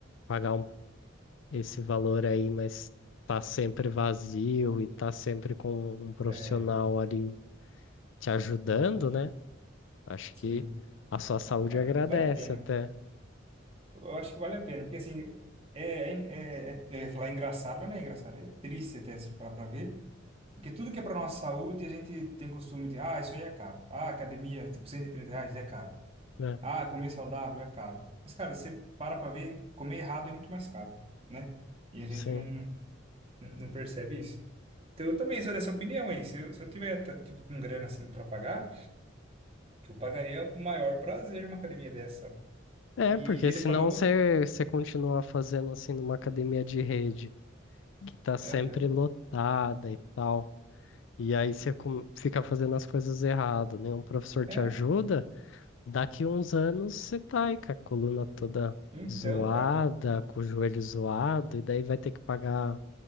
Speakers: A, on the left; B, on the right.
A: Pagar um- esse valor aí, mas tá sempre vazio e tá sempre com um profissional
B: É,
A: ali te ajudando, né? Acho
B: sim.
A: que a sua saúde
B: Vale,
A: agradece
B: a- vale a pena.
A: até,
B: Eu acho que vale a pena, porque assim, é, é, é, é, é falar engraçado, mas não é engraçado, é triste até se parar pra ver, porque tudo que é pra nossa saúde, a gente tem costume de, ah, isso aí é caro. Ah, academia, tipo, 130 reais é caro.
A: né?
B: Ah, comer saudável é caro. Mas, cara, você para pra ver, comer errado é muito mais caro, né? E a gente
A: Sim.
B: não, não percebe isso. Então, eu também sou dessa opinião aí. Se eu, se eu tiver, tá, tipo, com grana, assim, pra pagar, eu pagaria com o maior prazer uma academia dessa, sabe?
A: É,
B: E
A: porque
B: ele
A: senão
B: falou,
A: você, você continua fazendo assim numa academia de rede que tá sempre
B: aham,
A: lotada e tal. E aí você com- fica fazendo as coisas errado, nenhum professor
B: é,
A: te ajuda, daqui uns anos você tá aí com a coluna toda
B: então,
A: zoada,
B: cara.
A: com o joelho zoado, e daí vai ter que pagar